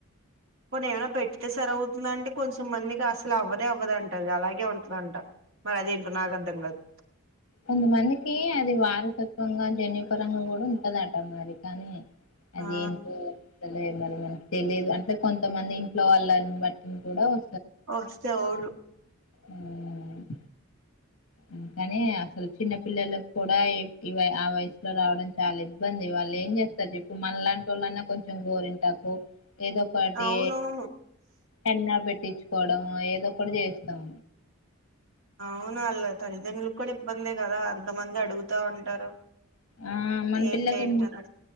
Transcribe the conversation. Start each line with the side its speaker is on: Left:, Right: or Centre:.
Right: పొని ఏమైనా పెడితే సరి అవుతుందంటే కొంచెం మందికి అసలు అవ్వదే అవ్వదంట అది అలాగే ఉంటదంట మరి అదేంటో నాకు అర్థం కాదు
Left: కొంతమందికి అది వారసత్వంగా జన్యపరంగా కూడా ఉంటదట మరి కానీ అదేంటో
Right: ఆ
Left: అసలే మరి మనకు తెలిదు అంటే కొంతమంది ఇంట్లో వాళ్ళని బట్టిని కూడా వ
Right: వస్తాయ్ అవును
Left: ఉమ్మ్ ఉమ్మ్ కాని అసలు చిన్న పిల్లలకు కూడా ఈ ఆ వయసులో రావడం చాలా ఇబ్బందిగా వాళ్ళేం చేస్తారు చెప్పు మనలాంటి వొళ్ళన్నా కొంచెం గోరింటాకు ఏదో ఒకటి
Right: అవునవును
Left: ఎన్న పె ట్టించుకోవడం ఏదో కూడా చేస్తాం
Right: అవునా అళ్ళ తల్లిదండ్రులకు కూడా ఇబ్బందే కదా అంతమంది అడుగుతా ఉంటారు
Left: ఆ మన
Right: ఏంటి
Left: పిల్లకి
Right: ఏంటి అని